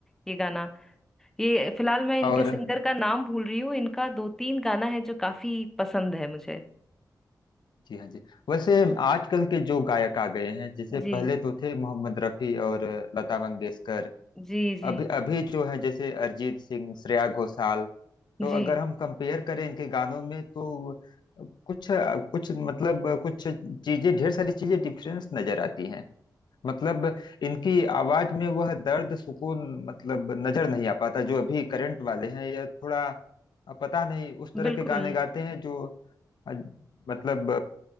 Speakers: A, in the centre; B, on the left (about 80°).
A: ये गाना ये फिलहाल मैं इनके
B: और
A: सिंगर का नाम भूल रही हूँ इनका दो तीन गाना है जो काफी पसंद है मुझे
B: जी हाँ जी वैसे आजकल के जो गायक आ गए हैं जैसे
A: जी
B: पहले तो थे मोहम्मद रफी और लता मंगेशकर
A: जी जी
B: अभी अभी जो है जैसे अरिजीत सिंह श्रेया घोषाल तो
A: जी
B: अगर हम कंपेयर करें इनके गानों में तो कुछ कुछ मतलब कुछ चीजें ढेर सारी चीजें डिफरेंस नजर आती हैं मतलब इनकी आवाज में वह दर्द सुकून मतलब नजर नहीं आ पाता जो अभी करंट वाले हैं या थोड़ा पता नहीं उस तरह
A: बिल्कुल
B: के गाने गाते हैं जो अ, मतलब